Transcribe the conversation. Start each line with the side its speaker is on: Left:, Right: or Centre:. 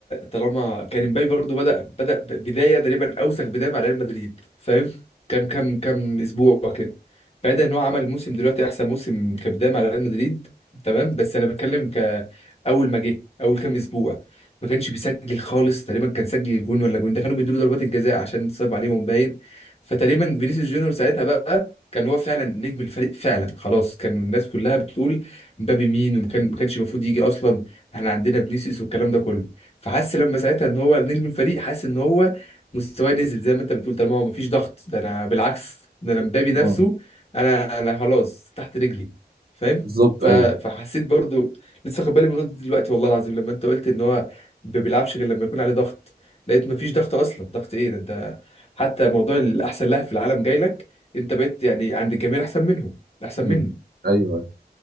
Left: طالما كان امبابي برضو بدا بدا بدايه تقريبا اوسخ بدايه مع ريال مدريد فاهم كام كام كام اسبوع كده بعيدا ان هو عمل موسم دلوقتي احسن موسم كبدايه مع ريال مدريد تمام بس انا بتكلم كاول ما جه اول كام اسبوع ما كانش بيسجل خالص تقريبا كان سجل جون ولا جون ده كانوا بيدوا له ضربات الجزاء عشان صعب عليهم باين فتقريبا فينيسيوس جونيور ساعتها بقى كان هو فعلا نجم الفريق فعلا خلاص كان الناس كلها بتقول مبابي مين وما كان- ما كانش المفروض يجي اصلا احنا عندنا فينيسيوس والكلام ده كله فحس لما ساعتها ان هو نجم الفريق حس ان هو مستواه نزل زي ما انت بتقول طالما هو مفيش ضغط ده انا بالعكس ده انا مبابي
Right: مم.
Left: نفسه انا انا خلاص تحت رجلي فاهم
Right: بالظبط
Left: ف...
Right: ايوه
Left: فحسيت برضو لسه واخد بالي من نقطة دلوقتي والله العظيم لما انت قلت ان هو ما بيلعبش غير لما يكون عليه ضغط لقيت مفيش ضغط اصلا ضغط ايه ده انت حتى موضوع الاحسن لاعب في العالم جاي لك انت بقيت يعني عند الجميع احسن منهم احسن
Right: مم.
Left: مني
Right: ايوه